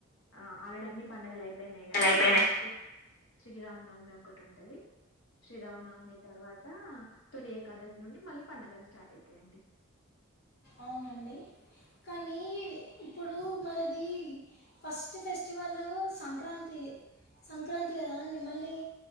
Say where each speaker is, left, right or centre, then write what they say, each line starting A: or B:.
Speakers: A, on the left; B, on the left.
A: ఆ ఆల్రెడీ అన్ని పండగలయిపోయినాయి కదా
B: అయిపోయినాయి
A: మళ్ళ మకో శ్రీరామనవమి ఒక్కటి ఉంటది శ్రీరామనవమి తర్వాత తొలి ఏకాదశి నుండి మళ్ళీ పండుగలు స్టార్ట్ అయితాయండి
B: అవునండి కానీ ఇప్పుడు మనది ఫస్ట్ ఫెస్టివల్ సంక్రాంతి సంక్రాంతి కదా అండి మళ్ళీ